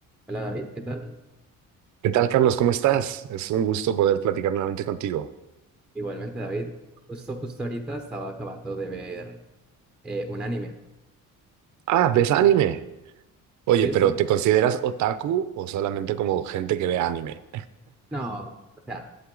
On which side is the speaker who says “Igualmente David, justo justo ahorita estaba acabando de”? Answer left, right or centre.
Centre